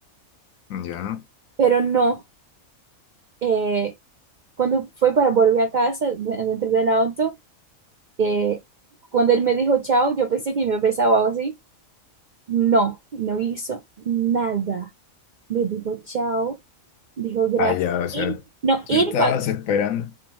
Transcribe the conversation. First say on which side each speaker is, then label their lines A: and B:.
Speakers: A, on the left; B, on the right.
A: Ya.
B: pero no. eh, Cuando fue para volver a casa, de- dentro del auto, eh, cuando él me dijo chao, yo pensé que me besaba o algo así. No, no hizo nada. Me dijo chao, dijo gracias.
A: Ah, ya, o sea,
B: Él- no,
A: tú
B: él
A: estabas
B: pagó.
A: esperando,